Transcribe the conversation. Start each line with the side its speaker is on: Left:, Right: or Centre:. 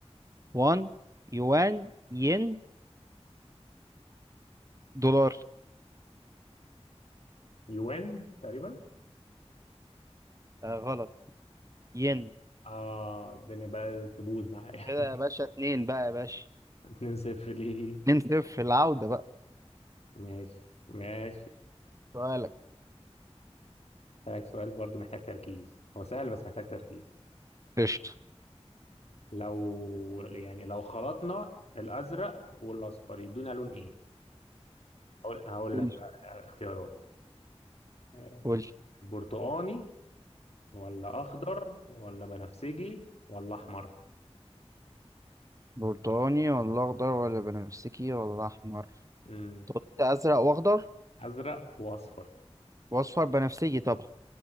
Right: وان يوان ين دولار
Left: يوان تقريبا
Right: آه غلط ين
Left: اه الدنيا بقى تبوظ معايا
Right: كده يا باشا اتنين بقى يا باشا
Left: اتنين صفر ليه
Right: اتنين صفر العودة بقى
Left: ماشي ماشي
Right: سؤالك
Left: هسألك سؤال برضو محتاج تركيز هو سهل بس محتاج تركيز
Right: قشطة
Left: لو يعني لو خلطنا الأزرق والأصفر يدونا لون إيه؟ هقول هقول
Right: قول
Left: لك بقى اختيارات آه،
Right: قول
Left: برتقاني ولا أخضر ولا بنفسجي ولا أحمر
Right: برتقاني ولا أخضر ولا بنفسجي ولا أحمر
Left: مم.
Right: كنت أزرق وأخضر
Left: أزرق وأصفر
Right: وأصفر بنفسجي طبعا